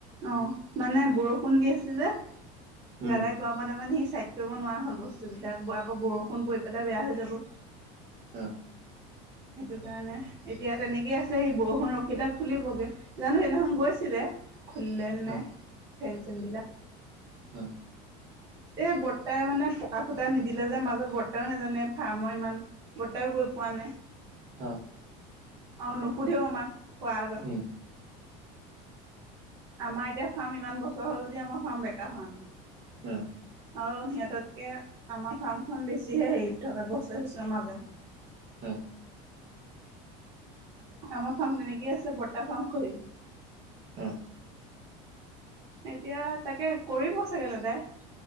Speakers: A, on the right; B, on the right.
A: অ মানে বৰষুণ দি আছে যে,
B: উম,
A: দাদাক কোৱামতে মানে সি ছাইড কৰিব নোৱাৰা হল বস্তুবিলাক, আকৌ বৰষুণ পৰি পেলাই বেয়া হৈ যাব।
B: অ।
A: সেইটো কাৰণে এতিয়া তেনেকেই আছে। সি বৰষুণ ৰখিলে খুলিবগে। জানো সেইদিনাখন গৈছিলে খুলিলে নে নাই
B: অ',
A: ফেন-চেনবিলাক?
B: অ।
A: এ বৰ্তাই মানে পকা খুটা নিদিলে যে মাজত। বৰ্তাও নেজানে ফাৰ্মৰ ইমান বৰ্তাই গৈ পোৱা নাই।
B: অ,
A: আও নুসুধেও আমাক, কোৱাৰ আগত।
B: উম,
A: আমাৰ এতিয়া ফাৰ্ম ইমান বছৰ হল যদিও, আমাৰ ফাৰ্ম বেকা হোৱা নাই।
B: উম।
A: আৰু সিহঁতকে আমাৰ ফাৰ্মখন বেছিহে হেৰিত থকা, গছে-চছে মাজে।
B: হম।
A: আমাৰ ফাৰ্ম তেনেকেই আছে, বৰ্তা ফাৰ্ম খহিল।
B: উম।
A: এতিয়া তাকে কৰিব চাগে দাদাই।